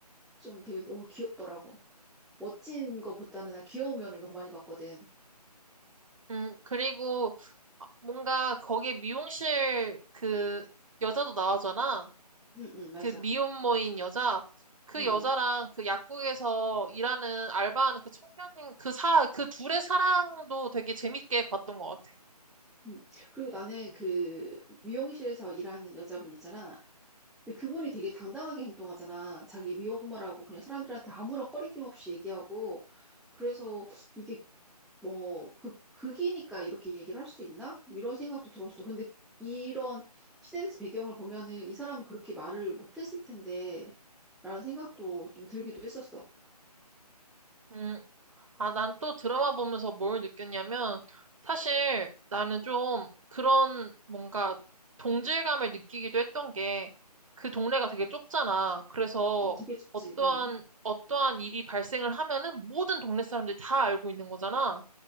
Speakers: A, in the centre; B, on the right.
A: 좀 되게 너무 귀엽더라고. 멋진 거보다는 난 귀여운 면을 더 많이 봤거든.
B: 음, 그리고 아, 뭔가 거기에 미용실 그 여자도 나오잖아.
A: 응, 응, 맞아.
B: 그 미혼모인 여자. 그
A: 응.
B: 여자랑 그 약국에서 일하는 알바하는 그 청년인 그 사, 그 둘의 사랑도 되게 재밌게 봤던 것 같아.
A: 응. 그리고 나는 그 미용실에서 일하는 여자분 있잖아. 근데 그분이 되게 당당하게 행동하잖아. 자기 미혼모라고 그냥 사람들한테 아무런 꺼리낌 없이 얘기하고. 그래서 이게 뭐, 극, 극이니까 이렇게 얘기를 할 수 있나? 이런 생각도 들었어. 근데 이런 시대 배경을 보면은 이 사람은 그렇게 말을 못했을 텐데, 라는 생각도 좀 들기도 했었어.
B: 음, 아, 난 또 드라마 보면서 뭘 느꼈냐면, 사실 나는 좀 그런 뭔가 동질감을 느끼기도 했던 게, 그 동네가 되게 좁잖아. 그래서
A: 음, 되게 좋지.
B: 어떠한,
A: 음,
B: 어떠한 일이 발생을 하면은 모든 동네 사람들이 다 알고 있는 거잖아.